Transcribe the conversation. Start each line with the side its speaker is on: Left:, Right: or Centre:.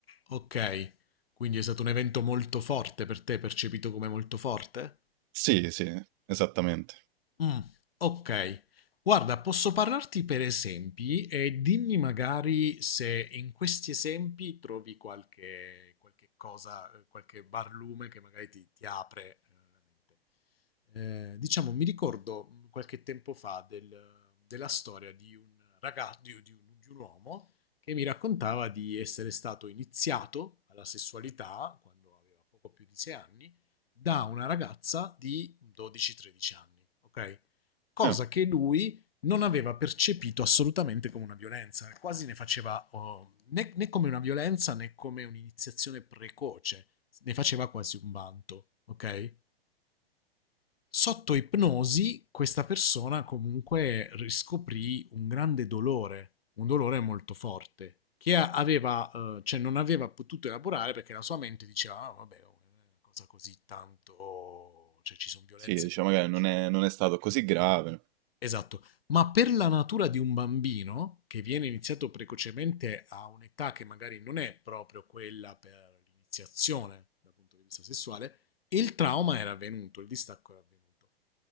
Left: Ok, quindi è stato un evento molto forte per te, percepito come molto forte?
Right: Sì, sì, esattamente.
Left: Mh, okay. Guarda, posso parlarti per esempi e dimmi magari se in questi esempi trovi qualche qualche cosa, uhm, qualche barlume che magari ti ti apre, uhm, la mente. Ehm, diciamo mi ricordo, mhmm, qualche tempo fa del della storia di un raga di u di un di un uomo che mi raccontava di essere stato iniziato alla sessualità quando aveva poco più di 6 anni da una ragazza di 12-13 anni, ok? Cosa
Right: Eh,
Left: che lui non aveva percepito assolutamente come una violenza, quasi ne faceva oh, né, né come una violenza né come un'iniziazione precoce, ne faceva quasi un vanto, ok? Sotto ipnosi questa persona comunque riscoprì un grande dolore, un dolore molto forte, che a- aveva, eh, cioè non aveva potuto elaborare perché la sua mente diceva, ah, vabbè, oh, non è una cosa così tanto, cioè ci sono violenze
Right: sì, diciamo
Left: ben peggiori.
Right: magari non è non è stato così grave.
Left: Esatto, ma per la natura di un bambino che viene iniziato precocemente a un'età che magari non è proprio quella per l'iniziazione dal punto di vista sessuale, il trauma era avvenuto, il distacco era avvenuto.